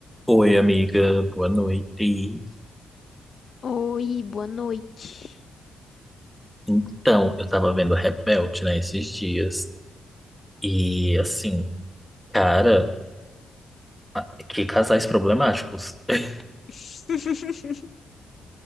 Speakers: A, in the centre; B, on the left.
A: Oi, amiga, boa noite.
B: Oi, boa noite.
A: Então, eu tava vendo Rebelde, né, esses dias. E, assim, cara, a- que casais problemáticos. <laughs>
B: <laughs>